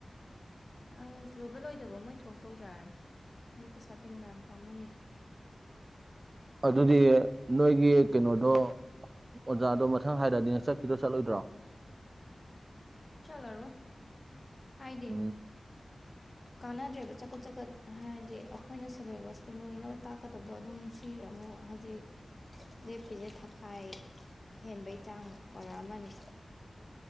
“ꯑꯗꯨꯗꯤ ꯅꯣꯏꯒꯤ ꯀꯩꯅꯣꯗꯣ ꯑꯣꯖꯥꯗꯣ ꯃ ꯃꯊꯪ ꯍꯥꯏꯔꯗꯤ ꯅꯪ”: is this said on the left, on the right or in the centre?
Right